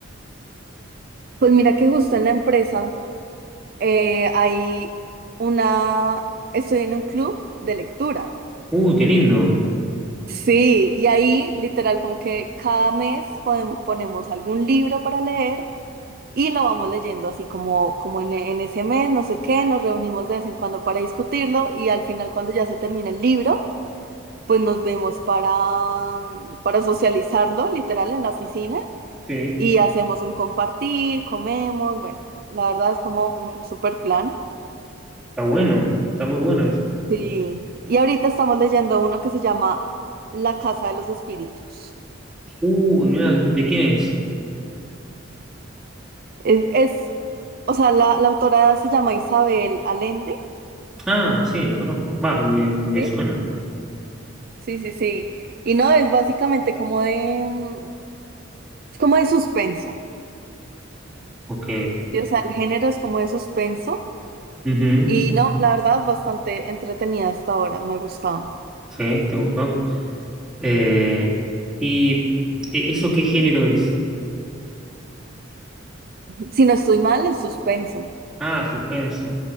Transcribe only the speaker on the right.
Pues mira que justo en la empresa eh, hay una, estoy en un club de lectura.
Sí, y ahí literal como que cada mes podem- ponemos algún libro para leer y lo vamos leyendo así como, como en, en ese mes, no sé qué, nos reunimos de vez en cuando para discutirlo y al final cuando ya se termina el libro, pues nos vemos para, mm, para socializarlo literal en la oficina
y hacemos un compartir, comemos, bueno, la verdad es como un super plan.
Sí, y ahorita estamos leyendo uno que se llama La Casa de los Espíritus.
Es, es O sea, la, la autora se llama Isabel Allende.
¿Sí?
Sí, sí, sí. Y no, es básicamente como de, mm, es como de suspenso.
¿sí? O sea, el género es como de suspenso.
Y no, la verdad, bastante entretenida hasta ahora, me ha gustado.
Ujú.
Si no estoy mal, es suspenso.